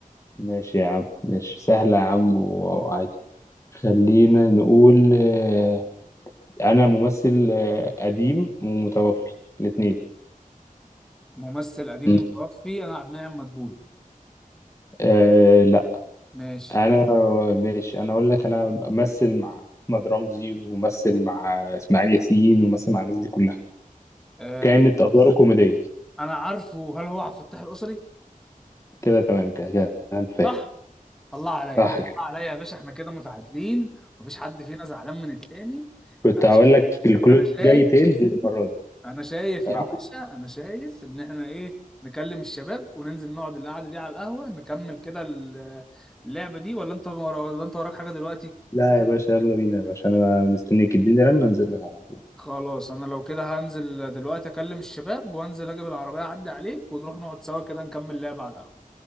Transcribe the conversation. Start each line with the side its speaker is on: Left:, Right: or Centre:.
Left: ماشي يا عم ماشي سهلة يا عم و- وعادي خلينا نقول آه، انا ممثل آه، قديم ومتوفي الاتنين
Centre: ممثل قديم
Left: مم.
Centre: متوفي انا عبد المنعم مدبولي
Left: آه،
Centre: ماشي
Left: انا ماشي انا اقول لك انا امثل مع احمد رمزي وممثل مع اسماعيل ياسين وممثل مع الناس دي كلها
Centre: أه
Left: كانت ادواره
Centre: آه،
Left: كوميديه
Centre: انا عارفه هل هو عبد الفتاح القصري
Left: كده تمام كده كده انت فاهم
Centre: صح الله عليا
Left: صح كده
Centre: الله عليا يا باشا احنا كده متعادلين مفيش حد فينا زعلان من التاني
Left: كنت
Centre: انا
Left: هقول
Centre: شايف
Left: لك الكلود
Centre: انا شايف
Left: جاي تنزل المره دي
Centre: انا شايف
Left: صراحه
Centre: يا باشا انا شايف ان احنا ايه نكلم الشباب وننزل نقعد القعده دي على القهوه نكمل كده ال- اللعبه دي ولا انت ورا- ولا انت وراك حاجه دلوقتي
Left: لا يا باشا يلا بينا يا باشا انا مستنيك اديني رن انزل لك على طول
Centre: خلاص انا لو كده هنزل دلوقتي اكلم الشباب وانزل اجيب العربيه اعدي عليك ونروح نقعد سوا كده نكمل لعبه على القهوه